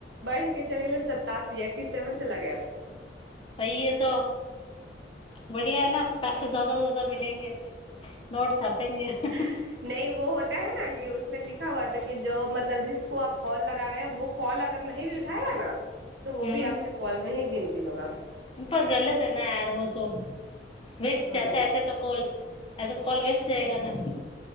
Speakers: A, on the right; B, on the left.
A: बढ़ के चल गेलै सत्तासी एटी सेवन चला गया।
B: <unintelligible> <unintelligible>
A: <unintelligible> <unintelligible>
B: हम्म <unintelligible> <unintelligible>
A: हँ